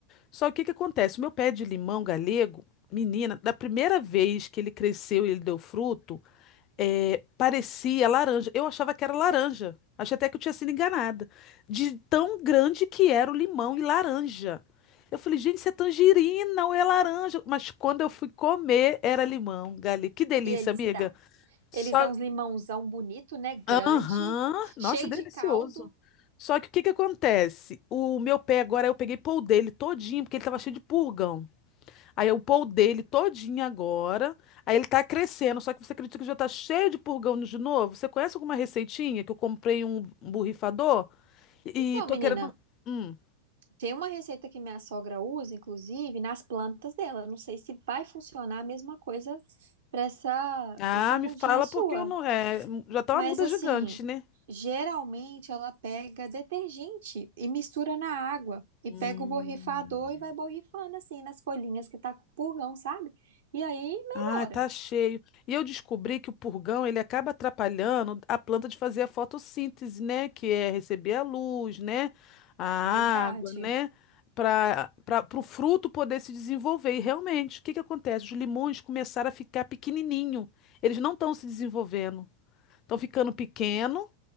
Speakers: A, on the left; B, on the right.
A: Só que o que que acontece? O meu pé de limão galego, menina, da primeira vez que ele cresceu e ele deu fruto, é, parecia laranja. Eu achava que era laranja. Achei até que eu tinha sido enganada. De tão grande que era o limão e laranja. Eu falei, gente, isso é tangerina ou é laranja? Mas quando eu fui comer, era limão, Gali. Que delícia,
B: E eles
A: amiga.
B: dá.
A: Só.
B: Eles dão uns limãozão bonito, né? Grande,
A: Aham. Nossa,
B: cheio
A: delicioso.
B: de caldo.
A: Só que o que que acontece? O meu pé agora, eu peguei pão dele todinho, porque ele tava cheio de purgão. Aí eu pôr o dele todinho agora. Aí ele tá crescendo, só que você acredita que já tá cheio de purgão de novo? Você conhece alguma receitinha que eu comprei um borrifador e
B: Então,
A: tô
B: menina.
A: querendo. Hum.
B: Tem uma receita que minha sogra usa, inclusive, nas plantas dela. Eu Não sei se vai funcionar a mesma coisa para essa,
A: Ah,
B: pra essa mudinha
A: me fala
B: sua.
A: porque eu não. É, já tá
B: Mas,
A: uma muda
B: assim,
A: gigante, né?
B: geralmente ela pega detergente e mistura na água. E
A: Hum.
B: pega o borrifador e vai borrifando, assim, nas folhinhas que tá com purgão, sabe? E aí melhora.
A: Ah, tá cheio. E eu descobri que o purgão, ele acaba atrapalhando a planta de fazer a fotossíntese, né? Que é receber a luz, né? A
B: Verdade.
A: água, né? Para para o fruto poder se desenvolver. E realmente, o que que acontece? Os limões começaram a ficar pequenininho. Eles não estão se desenvolvendo. Estão ficando pequeno